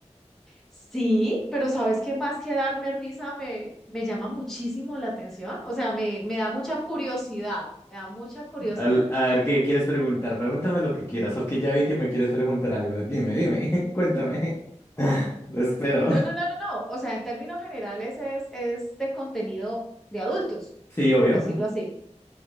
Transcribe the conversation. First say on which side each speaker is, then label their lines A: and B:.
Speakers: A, in the centre; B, on the left.
A: Sí, pero ¿sabes qué más que darme risa me, me llama muchísimo la atención? O sea, me, me da mucha curiosidad. Me da mucha curiosidad.
B: Al- a ver, ¿qué quieres preguntar? Pregúntame lo que quieras, porque ya vi que me quieres preguntar algo. Dime, dime, <laughs> cuéntame. <laughs> Te espero.
A: No, no, no, no, no. O sea, en términos generales es, es de contenido de adultos,
B: Sí, obvio.
A: por decirlo así.